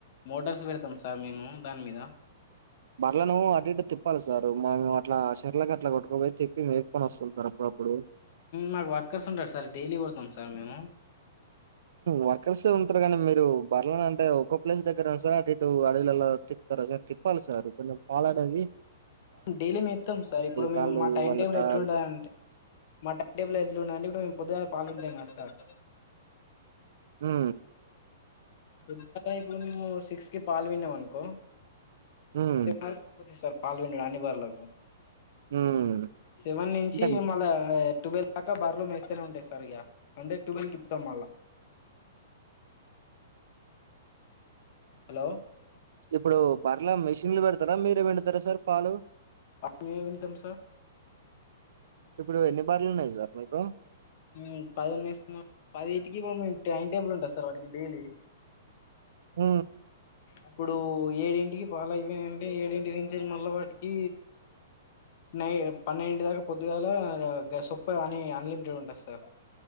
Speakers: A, on the left; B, on the right.
A: మోటార్స్ పెడతాం సార్ మేము దాని మీద
B: మరలా నువ్వు అటు ఇటు తిప్పాలి సార్ మా మేము అట్లా ఆశ ఇట్లాకి అట్లా కొట్టుపోయి తప్పి మేర్కొ వస్తుంటారు అప్పుడప్పుడు
A: మాకు వర్కర్స్ ఉంటడు సార్ డైలీ కొడతాం సార్ మేము
B: వర్కర్స్ ఉంటారు కానీ మీరు బర్లే అంటే ఒక్కో ప్లేస్ దగ్గర ఉ సార్ అటుటు అడవిలలో తితారుా సార్ తిప్పాలి సార్ కొంచెం పాలడేది
A: డైలీ మేము ఇస్తాం సార్ ఇప్పుడు మేము
B: కాళ్ళు
A: మా టైం
B: వాళ్ళ
A: టేబుల్
B: కాళ్ళు
A: ఎట్లుండ అంటే మా టైం టేబుల్ ఎట్లుండే ఇప్పుడు మేము ఒకద పాలంటే మా సార్
B: హు
A: ద్ ఇప్పుడు మేము సిక్స్ కి పాలు విన్నాం అనుకో
B: హ్మ్.
A: తెల్లారిపోది సార్ పాల్ వినుడుడే అన్ని బర్లకు
B: హ్మ్.
A: సెవెన్ నుంచి
B: అంటే
A: మళ్ళా టువెల్ దాకా బర్లు మెస్తనే ఉంటాయి సార్ ఇగ అంటే టువెల్కు ఇప్పుతాం మళ్ళ హలో
B: ఇప్పుడు బర్ల మిషిన్లు పెడుతారా మీరే పిండుతారా సార్ పాలు
A: మేమే పిండుతాం సార్
B: ఇప్పుడు ఎన్ని బర్లు ఉన్నాయి సార్ నికు
A: ఉ పదిన్ను యేసిన పదిటికి ఇప్పు టైం టేబుల్ ఉంటది సార్ వాటికి డైలీ
B: హు
A: ఇప్పుడు ఏడింటికి పాలు అయిపేనై ఏడింటి నుంచి మళ్ళ వాటికి నై పన్నెంటి దాకా పొద్దుగాల సొప్ప అని అన్లిమిటెడ్ ఉంటది సార్